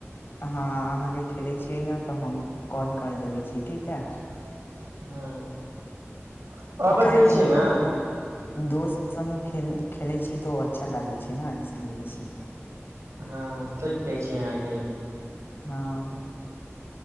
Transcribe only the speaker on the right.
<unintelligible>
आओर बतै
छी ने
हँ ठीक कहै छी अहाँके